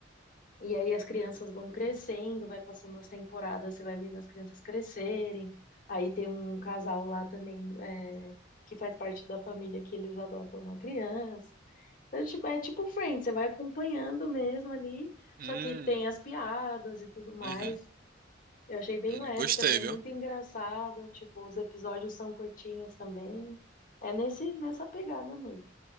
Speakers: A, on the left; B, on the right.
A: E aí as crianças vão crescendo, vai passando as temporadas, você vai vendo as crianças crescerem. Aí tem um casal lá também, é, que faz parte da família, que eles adotam uma criança. Então, é tipo, é tipo Friends, você vai acompanhando mesmo ali,
B: Hum,
A: só que tem as piadas e tudo mais.
B: uhum,
A: Eu achei bem
B: hum,
A: leve
B: gostei,
A: também,
B: viu?
A: muito engraçado. Tipo, os episódios são curtinhos também. É nesse, nessa pegada mesmo.